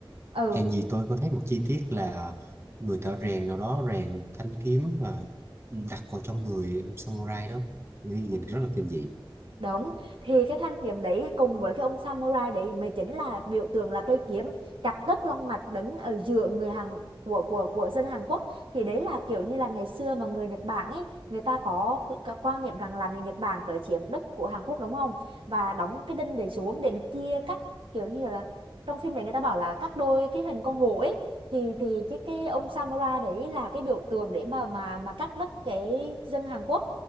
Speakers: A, on the right; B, on the right.
A: Ừ
B: hèn gì tôi có thấy một chi tiết là người thợ rèn nào đó rèn một thanh kiếm và đặt vào trong người ông samurai đó Nghĩ nhìn rất là kinh dị
A: Đúng, thì cái thanh kiếm đấy cùng với cái ông samurai đấy mới chính là biểu tượng là cây kiếm chặt đứt long mạch đứng ở giữa người Hàn của của của dân Hàn Quốc thì đấy là kiểu như là ngày xưa mà người Nhật Bản ấy người ta có cái, cái quan niệm rằng là người Nhật Bản tới chiếm đất của Hàn Quốc đúng không và đóng cái đinh đấy xuống để mà chia các kiểu như là trong phim đấy người ta bảo là các đôi cái hình con hổ ấy thì thì cái cái ông samurai đấy là cái biểu tượng để mà mà mà cắt đứt cái dân Hàn Quốc